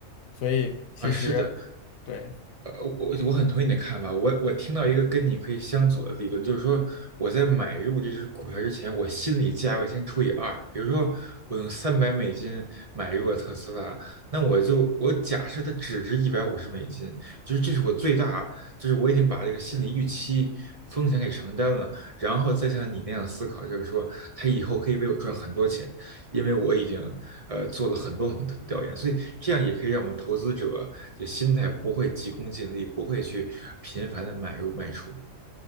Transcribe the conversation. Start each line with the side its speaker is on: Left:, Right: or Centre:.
Left: 所以其实对，
Right: 啊，是的，呃，我我很同意你的看法。我我听到一个跟你可以相左的理论，就是说我在买入这只股票之前，我心理价位先除以二。比如说，我用三百美金买入了特斯拉，那我就我假设它只值一百五十美金，就是这是我最大，就是我已经把这个心理预期风险给承担了，然后再像你那样思考，就是说它以后可以为我赚很多钱。因为我已经呃做了很多很多的调研，所以这样也可以让我们投资者就心态不会急功近利，不会去频繁的买入卖出。